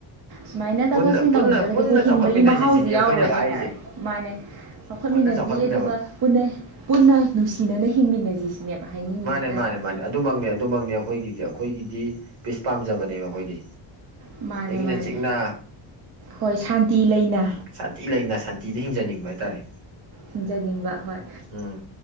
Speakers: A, on the right; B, on the right.
A: ꯁꯨꯃꯥꯏꯅ
B: ꯄꯨꯟꯅ
A: ꯇꯧꯊꯠꯁꯤꯟ
B: ꯄꯨꯟꯅ
A: ꯇꯧꯅꯗ꯭ꯔꯒꯗꯤ
B: ꯄꯨꯟꯅ
A: ꯑꯩꯈꯣꯏ ꯍꯤꯡꯕꯒꯤ
B: ꯆꯥꯎꯈꯠꯃꯤꯟꯅꯁꯤ
A: ꯃꯍꯥꯎꯁꯦ
B: ꯁꯤꯅꯤ ꯑꯩꯈꯣꯏꯅ
A: ꯌꯥꯎꯔꯣꯏ
B: ꯍꯥꯏꯔꯤꯁꯦ
A: ꯍꯥꯏ ꯇꯔꯦ ꯃꯥꯅꯦ ꯆꯥꯎꯈꯠꯃꯤꯟꯅꯁꯤ
B: ꯄꯨꯟꯅ ꯆꯥꯎꯈꯠꯃꯤꯟꯅꯕ
A: ꯑꯗꯨꯒ ꯄꯨꯟꯅ ꯄꯨꯟꯅ ꯅꯨꯡꯁꯤꯅꯅ ꯍꯤꯡꯃꯤꯟꯅꯁꯤ ꯁꯤꯅꯦꯕ ꯍꯥꯏꯅꯤꯡꯉꯤꯁꯤ
B: ꯃꯥꯅꯦ
A: ꯅꯠꯇ꯭ꯔꯥ
B: ꯃꯥꯅꯦ ꯃꯥꯅꯦ ꯑꯗꯨꯃꯛꯅꯦ ꯑꯗꯨꯃꯛꯅꯤ ꯑꯩꯈꯣꯏꯒꯤꯗꯤ ꯑꯩꯈꯣꯏꯒꯤꯗꯤ ꯄꯤꯁ ꯄꯥꯝꯖꯕꯅꯦꯕ ꯑꯩꯈꯣꯏꯗꯤ
A: ꯃꯥꯅꯦ
B: ꯏꯪꯅ
A: ꯃꯥꯅꯦ
B: ꯆꯤꯛꯅ
A: ꯍꯣꯏ ꯁꯥꯟꯇꯤ ꯂꯩꯅ
B: ꯁꯥꯟꯇꯤ ꯂꯩꯅ ꯁꯥꯟꯇꯤꯗ ꯍꯤꯡꯖꯅꯤꯡꯕ ꯍꯥꯏꯇꯥꯔꯦ
A: ꯍꯤꯡꯖꯅꯤꯡꯕ ꯍꯣꯏ
B: ꯎꯝ